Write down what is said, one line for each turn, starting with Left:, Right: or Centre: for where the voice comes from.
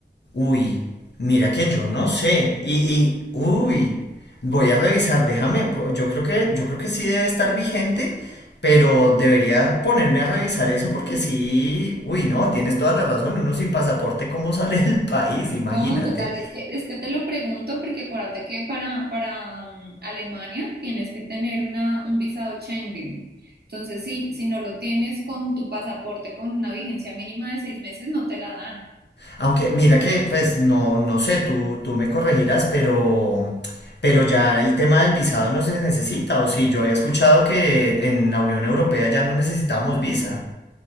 Left: Uy, mira que yo no sé. Y, y, uy, voy a revisar, déjame, yo creo que, yo creo que sí debe estar vigente, pero debería ponerme a revisar eso porque sí, uy, no, tienes toda la razón, uno sin pasaporte, ¿cómo sale del país? Imagínate.
Right: No, total, y es que, es que te lo pregunto porque acuérdate que para, para mm, Alemania tienes que tener una, un visado Schengen. Entonces, si, si no lo tienes con tu pasaporte con una vigencia mínima de seis meses, no te la dan.
Left: Aunque mira que, pues no, no sé, tú, tú me corregirás, pero, pero ya el tema del visado no se necesita, o sí, yo había escuchado que en la Unión Europea ya no necesitábamos visa.